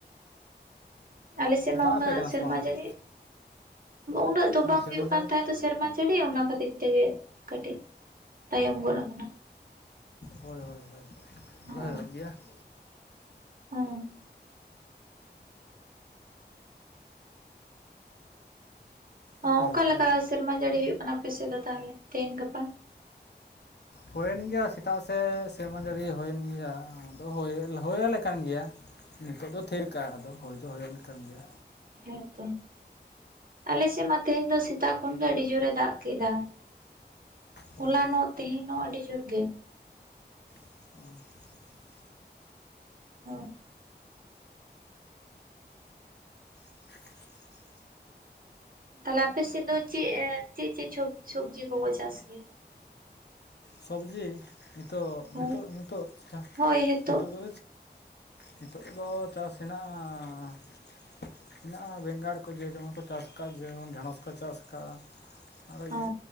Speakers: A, on the right (about 55°); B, on the left (about 75°).
A: ᱟᱞᱮ ᱥᱮᱫ
B: ᱫᱟᱜ
A: ᱢᱟ ᱩᱱᱟᱹᱜ
B: ᱟᱯᱮ ᱠᱟᱱᱟ
A: ᱥᱮᱨᱢᱟ
B: ᱥᱮ ᱵᱟᱝ ᱚᱱᱛᱮ
A: ᱡᱟᱹᱲᱤ
B: ᱫᱚ
A: ᱩᱱᱟᱹᱜ ᱫᱚ ᱵᱟᱝ
B: ᱦᱮᱸ ᱥᱮᱨᱢᱟ
A: ᱦᱩᱭᱩᱜ
B: ᱡᱟᱹᱲᱤ
A: ᱠᱟᱱ ᱛᱟᱦᱮᱸ ᱫᱚ- ᱥᱮᱨᱢᱟ ᱡᱟᱹᱲᱤ ᱚᱱᱟ ᱠᱷᱟᱹᱛᱤᱨ ᱛᱮᱜᱮ ᱠᱟᱹᱴᱤᱡ ᱛᱟᱭᱚᱢ ᱜᱚᱫ ᱟᱠᱟᱱᱟ ᱾
B: ᱦᱳᱭ ᱦᱳᱭ ᱦᱳᱭ
A: ᱦᱚᱸ
B: ᱟᱫᱚ ᱦᱩᱭᱩᱜ ᱜᱮᱭᱟ ᱾
A: ᱦᱚᱸ ᱚᱸ
B: ᱟᱫᱚ
A: ᱚᱠᱟ
B: ᱦᱩᱭᱩᱜ
A: ᱞᱮᱠᱟ
B: ᱜᱮᱭᱟ
A: ᱥᱮᱨᱢᱟ ᱡᱟᱹᱲᱤ ᱦᱩᱭᱩᱜ ᱠᱟᱱᱟ ᱟᱯᱮ ᱥᱮᱫ ᱫᱚ ᱛᱟᱦᱞᱮ ᱛᱮᱦᱮᱧ ᱜᱟᱯᱟ?
B: ᱦᱩᱭᱮᱱ ᱜᱮᱭᱟ ᱥᱮᱛᱟᱜ ᱥᱮᱻ ᱥᱮᱨᱢᱟ ᱡᱟᱹᱲᱤ ᱦᱩᱭᱮᱱ ᱜᱮᱭᱟ ᱟᱫᱚ ᱦᱚᱭᱮᱼᱦᱳᱭ ᱟᱮᱞ ᱠᱟᱱ ᱜᱮᱭᱟ᱾ ᱱᱤᱛᱚᱜ ᱫᱚ ᱛᱷᱤᱨ ᱠᱟᱜᱼᱟ ᱟᱫᱚ ᱦᱳᱭ ᱫᱚ ᱦᱳᱭ ᱟᱞᱮ ᱠᱟᱱ ᱜᱮᱭᱟ᱾
A: ᱦᱮᱸ ᱛᱚ ᱾ ᱟᱞᱮ ᱥᱮᱫ ᱢᱟ ᱛᱮᱦᱮᱧ ᱫᱚ ᱥᱮᱛᱟᱜ ᱠᱷᱚᱱ ᱜᱮ ᱟᱹᱰᱤ ᱡᱳᱨᱮ ᱫᱟᱜ ᱠᱮᱫᱟ ᱾
B: ᱦᱳᱭ
A: ᱦᱚᱞᱟ ᱱᱚᱜ ᱛᱮᱦᱮᱧ ᱱᱚᱜ ᱟᱹᱰᱤ ᱡᱳᱨ ᱜᱮ ᱾
B: <unintelligible>
A: <unintelligible>
B: <unintelligible>
A: ᱛᱟᱦᱚᱞᱮ ᱟᱯᱮ ᱥᱮᱫ ᱫᱚ ᱪᱮᱫ ᱪᱮᱫ ᱪᱮᱫ ᱥᱚᱵᱽᱡᱤ ᱠᱚᱠᱚ ᱪᱟᱥ ᱜᱮᱭᱟ?
B: ᱥᱚᱵᱽᱡᱤ ᱱᱤᱛᱚᱜ
A: ᱦᱳᱭ
B: ᱱᱤᱛᱚᱜ ᱱᱤᱛᱚᱜ
A: ᱦᱳᱭ ᱦᱮᱛᱚᱜ
B: ᱱᱤᱛᱚᱜ ᱫᱚ ᱱᱤᱛᱚᱜ ᱫᱚ ᱪᱟᱥ ᱦᱮᱱᱟᱜ-ᱟ ᱾ ᱦᱮᱱᱟᱜ-ᱟ ᱵᱮᱸᱜᱟᱲ ᱠᱚ ᱡᱮ ᱡᱮᱢᱚᱱ ᱠᱚ ᱪᱟᱥ ᱠᱟᱫ-ᱟ ᱡᱮᱢᱚᱱ ᱰᱷᱮᱸᱬᱚᱥ ᱠᱚ ᱪᱟᱥ ᱠᱟᱜ-ᱟ ᱾ ᱟᱨᱚ ᱤᱭᱟᱹ
A: ᱚ